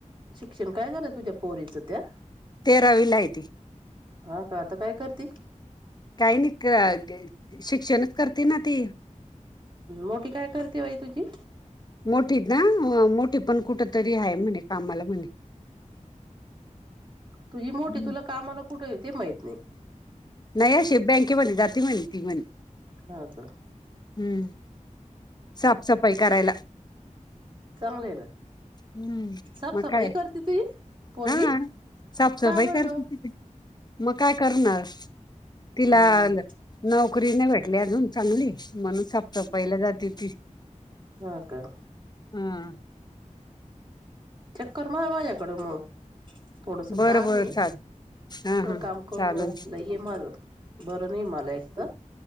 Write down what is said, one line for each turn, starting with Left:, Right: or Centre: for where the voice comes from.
Right: शिक्षण काय झालं तुझ्या पोरीचं त्या?
Left: तेरावीला आहे ती
Right: हा का आता काय करते
Left: काही नाही शिक्षणच करते ना ती
Right: मोठी काय करते बाई तुझी?
Left: मोठी ना, मोठी पण कुठ तरी आहे म्हणे कामाला म्हणे! <inaudible>
Right: तुझी मोठी
Left: हम्म.
Right: तुला कामाला कुठे आहे ते माहित नाही
Left: नाही अे बँके म्हणे जाती म्हणे ती म्हणे
Right: हा तर-
Left: हम्म साफसफाई करायला
Right: चांगले आहे ना!
Left: हम्म
Right: साफसफाई
Left: मग काय
Right: करते तुझी पोरगी
Left: हा साफसफाई
Right: का बर
Left: करते
Right: ग
Left: तिथ मग काय करणार तिला
Right: हम्म
Left: नोकरी नाही भेटली अजून चांगली म्हणून, साफसफाईला जाते ती
Right: हा का?
Left: हम्
Right: चक्कर मार माझ्याकडे मग थोडस
Left: बरं
Right: काम
Left: बर
Right: आहे
Left: चालेल हा
Right: थोडं
Left: हा
Right: काम करून
Left: चालेल
Right: ये माझ बरं नाही मला एक तर